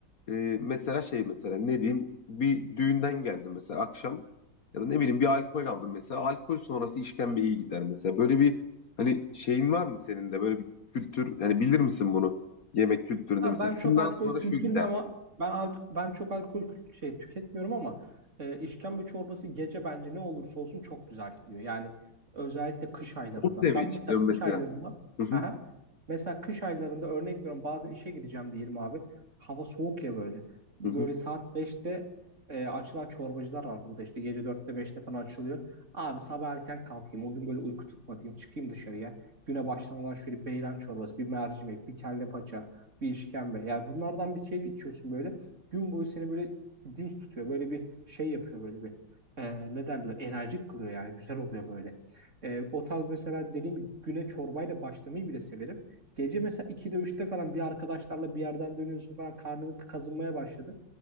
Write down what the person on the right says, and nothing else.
Ha,
ben
çok alkol
kültürüm
ama ben al- ben çok alkol kült- şey tüketmiyorum ama e, işkembe çorbası gece bence ne olursa olsun çok güzel gidiyor. Yani özellikle kış aylarında.
Ben mesela
kış
aylarında
Aha. mesela kış aylarında örnek veriyorum bazen işe gideceğim diyelim abi. Hava soğuk ya böyle. Böyle
saat beşte e, açılan çorbacılar var burada işte gece dörtte beşte falan açılıyor. Abi sabah erken kalkayım o gün böyle uyku tutmadayım çıkayım dışarıya. Güne başlamadan şöyle beyran çorbası, bir mercimek, bir kelle paça bir işkembe. Yani bunlardan bir şey içiyorsun böyle. Gün boyu seni böyle dinç tutuyor. Böyle bir şey yapıyor böyle bir. e, ne derler? Enerjik kılıyor yani. Güzel oluyor böyle. E, o tarz mesela dediğim gibi güne çorbayla başlamayı bile severim. Gece mesela 2'de üçte falan bir arkadaşlarla bir yerden dönüyorsun falan karnını kazınmaya başladı.